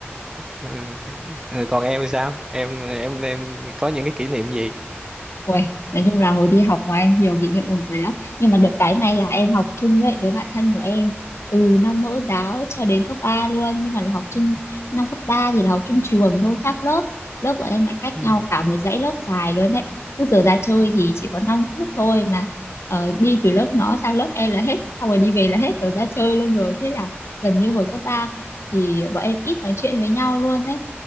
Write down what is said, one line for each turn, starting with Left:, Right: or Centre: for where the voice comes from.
Right: ừ. Ừ, còn em thì sao em em em có những cái kỷ niệm gì
Left: Ui, nói chung là hồi đi học ngoài anh nhiều kỷ niệm buồn cười lắm nhưng mà được cái này là em học chung với đứa bạn thân của em từ năm mẫu giáo cho đến cấp 3 luôn nhưng mà là học chung năm cấp 3 thì là học chung trường thôi khác lớp lớp của em lại cách
Right: ừ.
Left: nhau cả một dãy lớp dài luôn đấy cứ giờ ra chơi thì chỉ có 5 phút thôi mà ờ, đi từ lớp nó sang lớp em là hết xong rồi đi về là hết giờ ra chơi luôn rồi thế là gần như hồi cấp 3 thì bọn em ít nói chuyện với nhau luôn đấy